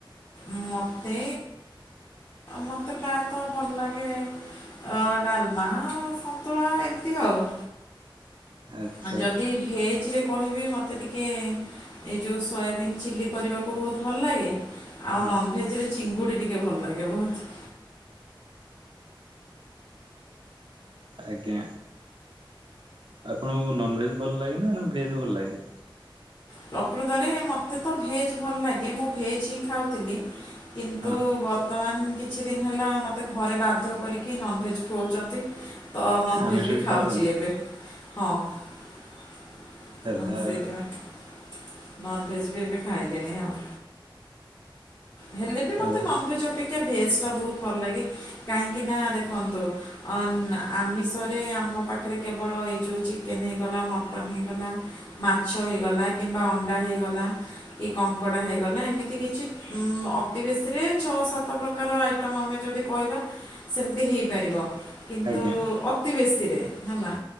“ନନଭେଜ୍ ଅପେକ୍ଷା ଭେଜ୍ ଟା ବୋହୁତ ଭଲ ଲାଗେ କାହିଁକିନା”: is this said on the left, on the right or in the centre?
Left